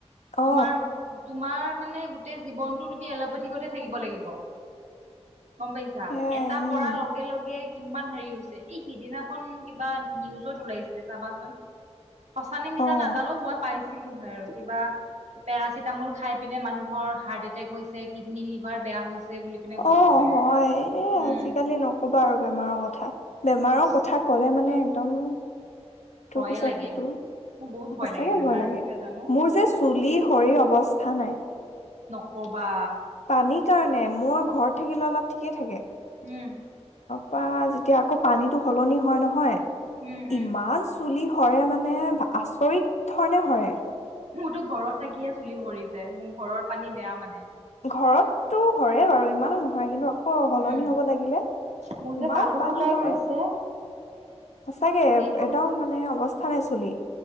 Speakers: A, on the left; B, on the right.
A: অ
B: তোমাৰ তোমাৰ মানে গোটেই জীৱনতটো তুমি এল'পেথিকতে থাকিব লাগিব। গম পাইছা
A: সেয়াই
B: এটা
A: উম
B: পৰা লগে লগে কিমান হেৰি হৈছে এই সিদিনাখন কিবা নিউজত ওলাইছিলে চাবাচোন। সঁচানে মিছা,
A: অ
B: নাজানো মই পাইছো। কিবা, পেৰাচিটামল খাই পিনে মানুহৰ হাৰ্ট এটেক হৈছে কিডনী লিভাৰ বেয়া হৈছে। বুলি পিনে কৈছে
A: অ'
B: মানে।
A: হয় এই
B: উম
A: আজিকালি নকবা আৰু বেমাৰৰ কথা থা। বেমাৰৰ
B: সঁচা
A: কথা ক'লে মানে দম
B: ভয়ে
A: তোৰ পিছত
B: লাগে।
A: সিটো,
B: মোৰ বহুত
A: সচাকে
B: লাগে বেমাৰটো
A: ভয় লাগে,
B: কিয় জানো
A: মোৰ যে চুলি সৰি অৱস্থা নাই।
B: ক'বা
A: পানীৰ কাৰণে মোৰ ঘৰত থাকিলে অলপ ঠিকেই থাকে।
B: উম।
A: বা যেতিয়া আকৌ পানীতো সলনি হয় নহয়
B: উম উম
A: ইমান চুলি সৰে মানে আচৰিত ধৰণে সৰে
B: মোৰতো ঘৰত থাকিয়ে চুলি সৰিছে, মোৰ ঘৰৰ পানী বেয়া মানে
A: ঘৰততো সৰে বাৰু, ইমানো নসৰে কিন্তু অ, সলনি
B: উম
A: হব লাগিলে
B: মোৰ যে
A: ইমান
B: তালু
A: পানী
B: ওলাই
A: পৰে,
B: গৈছে
A: সচাকে,
B: চুলি
A: একদম মানে অৱস্থা নাই <inaudible>